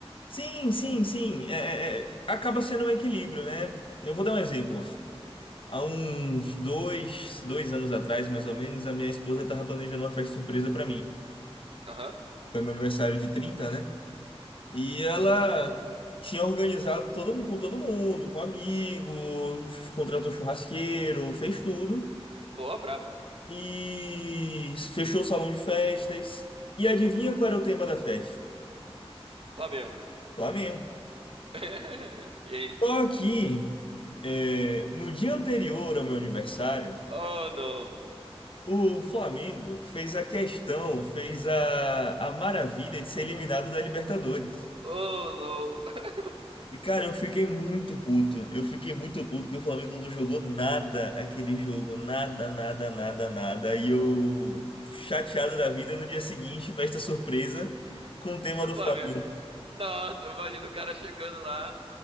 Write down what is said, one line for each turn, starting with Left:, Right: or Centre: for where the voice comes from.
Left: Sim, sim, sim. É, é, é, acaba sendo um equilíbrio, né? Eu vou dar um exemplo. Há uns dois, dois anos atrás, mais ou menos, a minha esposa estava planejando uma festa surpresa para mim.
Right: aham.
Left: Foi meu aniversário de 30, né? E ela tinha organizado todo mundo com todo mundo, com amigos, contratou churrasqueiro, fez tudo.
Right: Ó, brabo.
Left: E fechou o salão de festas. E adivinha qual era o tema da festa?
Right: Flamengo.
Left: Flamengo.
Right: <laughs> E aí?
Left: Só que é, no dia anterior ao meu aniversário,
Right: Oh, não.
Left: o Flamengo fez a questão, fez a, a maravilha de ser eliminado da Libertadores.
Right: Oh, não.
Left: E, cara, eu fiquei muito puto. Eu fiquei muito puto porque o Flamengo não jogou nada aquele jogo. Nada, nada, nada, nada. E eu, chateado da vida, no dia seguinte, festa surpresa com o tema
Right: <laughs> Do
Left: do
Right: Flamengo.
Left: Flamengo.
Right: Nossa, imagina o cara chegando lá